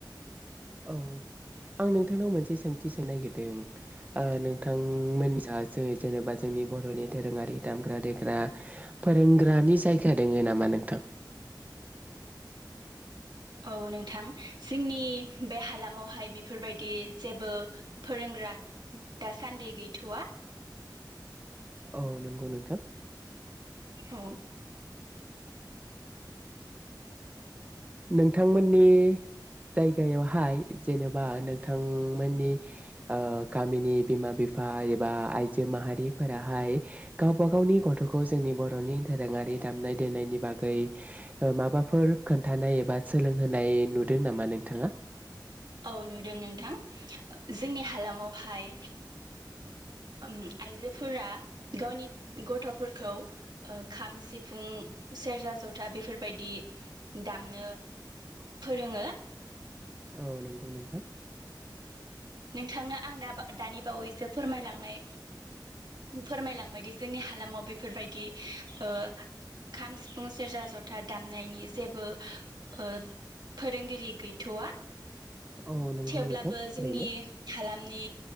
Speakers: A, on the right; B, on the right.
A: औ आं नोंथांनाव मोनसे सोंथि सोंनो नागिरदों ओ नोंथांमोनजा जों जेनबा जोंनि बरनि दोरोङारि दामग्रा देग्रा फोरोंग्रानि जायगा दोङो नामा नोंथां
B: औ नोंथां जोंनि बे हालामावहाय बेफोरबायदि जेबो फोरोंग्रा दासान्दि गैथआ
A: औ नंगौ नोंथां
B: औ
A: नोंथांमोननि जायगायावहाय जेनबा नोंथांमोननि गामिनि ओ बिमा बिफा एबा आइजो माहारिफोराहाय गावबा गावनि गथखौ जोंनि बरनि दोरोङारि दामनाय देनायनि बागै माबाफोर खोन खोन्थानाय एबा सोलोंहोनाय नुदों नामा नोंथाङा
B: औ नुदों नोंथां जोंनि हालामावहाय ओम आइजोफोरा गावनि गथफोरखौ ओ खाम सिफुं सेरजा जथा बेफोरबायदि दामनो फोरोङो
A: औ नंगौ नोंथां
B: नोंथांनो आं दा दानि बावैसो फोरमायलांनाय फोरमायलांबायदि जोंनि हालामाव बेफोरबायदि ओ खाम सिफुं सेरजा ज'था दामनायनि जेबो ओ फोरोंगिरि गैथ'वा
A: औ नंगौ
B: थेवब्लाबो
A: नोंथां थारैनो
B: जोंनि हालामनि